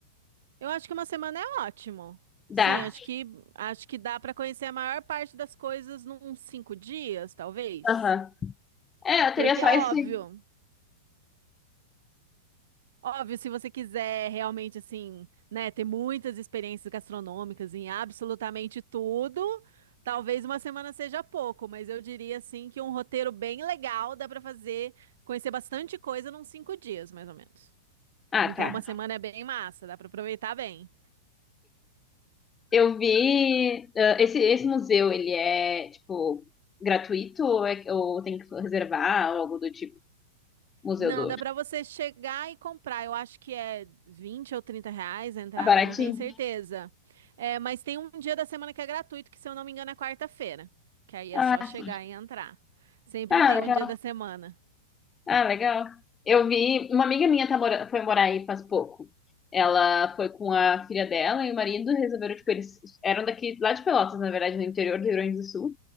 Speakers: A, on the right; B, on the left.
A: Eu acho que uma semana é ótimo.
B: dar
A: Sim, acho que acho que dá para conhecer a maior parte das coisas num cinco dias, talvez.
B: Aham. É, eu
A: Porque
B: teria só
A: é óbvio,
B: esse.
A: óbvio, se você quiser realmente assim, né, ter muitas experiências gastronômicas em absolutamente tudo, talvez uma semana seja pouco, mas eu diria assim que um roteiro bem legal dá para fazer, conhecer bastante coisa num cinco dias, mais ou menos.
B: Ah,
A: Então,
B: tá.
A: uma semana é bem massa, dá pra aproveitar bem.
B: Eu vi, ah, esse, esse museu, ele é, tipo, gratuito ou, é- ou tem que reservar ou algo do tipo? Museu
A: Não,
B: do Ouro.
A: dá pra você chegar e comprar. Eu acho que é 20 ou 30 reais a entrada,
B: Ah, baratinho?
A: não tenho certeza. É, mas tem um dia da semana que é gratuito, que se eu não me engano é quarta-feira. Que aí
B: Ah,
A: é só chegar
B: sim.
A: e entrar. Sempre
B: Ah,
A: tem
B: legal.
A: um dia da semana.
B: Ah, legal. Eu vi, uma amiga minha tá mora, foi morar aí faz pouco. Ela foi com a filha dela e o marido resolveram, tipo, eles eram daqui, lá de Pelotas, na verdade, no interior do Rio Grande do Sul.